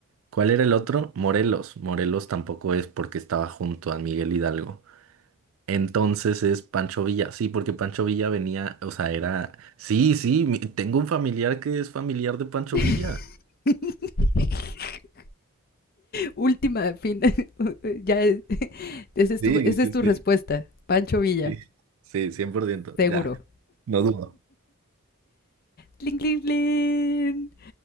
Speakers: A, on the right; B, on the left.
A: ¿Cuál era el otro? Morelos. Morelos tampoco es porque estaba junto a Miguel Hidalgo. Entonces es Pancho Villa. Sí, porque Pancho Villa venía, o sea, era. Sí, sí, mi- tengo un familiar que es familiar de Pancho
B: <laughs>
A: Villa.
B: Última, fin. <laughs> ya, esa es,
A: Sí,
B: tu, esa
A: sí,
B: es tu
A: sí,
B: respuesta. Pancho Villa,
A: sí, sí, 100%,
B: seguro.
A: ya, no dudo.
B: Cling, cling, cling.